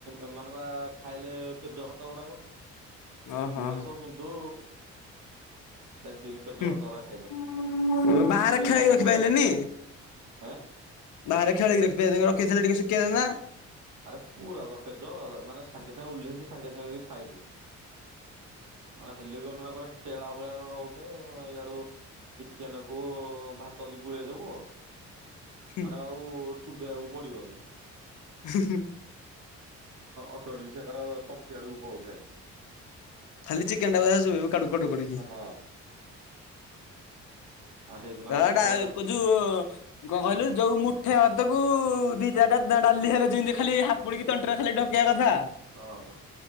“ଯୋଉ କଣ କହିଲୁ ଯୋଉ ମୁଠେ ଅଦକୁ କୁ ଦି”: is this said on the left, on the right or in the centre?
Left